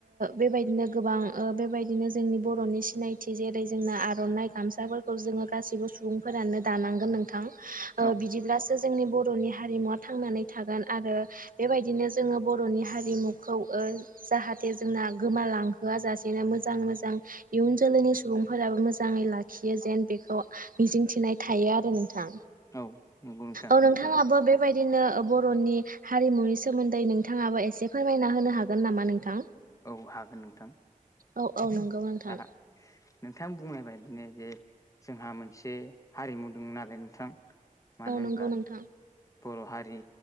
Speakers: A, on the right; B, on the left.
A: बेबायदिनो गोबां बेबायदिनो जोंनि बर'नि सिनायथि जेरै जोंना आर' नाइ गामसाफोरखौ जोङो गासिबो सुबुंफोरानो दानांगोन नोंथां
B: औ
A: बिदिब्लासो जोंनि बर'नि हारिमुवा थांनानै थागोन आरो बेबायदिनो जोङो बर'नि हारिमुखौ ओ जाहाथे जोंना गोमालांहोआ जाासेनो मोजां मोजां इयुन जोलैनि सुबुंफोराबो मोजा ङै लाखियो जेन बेखौ मिजिंथिनाय थायो आरो नोंथां
B: औ नंगौ नोंथां
A: औ नोंथाङाबो
B: थारैनो
A: बेबायदिनो बर'नि हारिमुनि सोमोन्दै नोंथाङाबो एसे फोरमायना होनो हागोन नामा नोंथां
B: औ हागोन नोंथां
A: औ औ नंगौ नोंथां
B: दा नोंथां बुंनाय बादिनो जे जोंहा मोनसे हारिमु दं नालाय नोंथां मानो
A: औ
B: होनब्ला
A: नंगौ नोंथां
B: बर' हारि